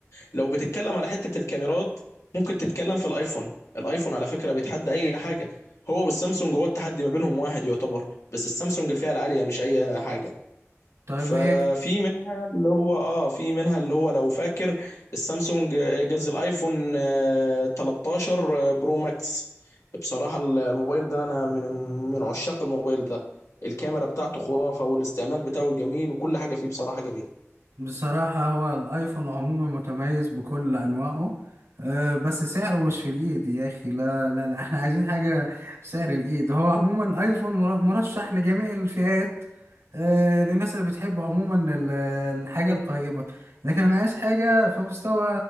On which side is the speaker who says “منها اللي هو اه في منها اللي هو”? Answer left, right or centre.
Left